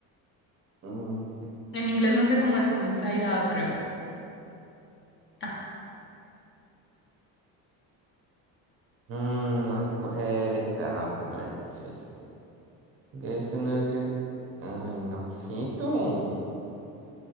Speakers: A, on the right (about 40°); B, on the left (about 35°).
A: Mm,
B: En inglés no sé cómo es, como Inside Out, creo. Ajá.
A: mm, voy a escoger esta random, a ver de qué es este. Que este no sé. Ay, no, ¿qué es esto?